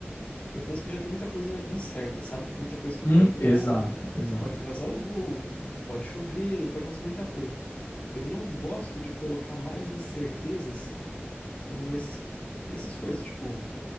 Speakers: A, on the left; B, on the left.
A: eu penso que já tem muita coisa incerta, sabe? Muita coisa que
B: Hum,
A: pode mudar,
B: exato, exato.
A: tu pode atrasar o voo, tu pode chover, pode acontecer muita coisa. Eu não gosto de colocar mais incertezas com esses, essas coisas, tipo,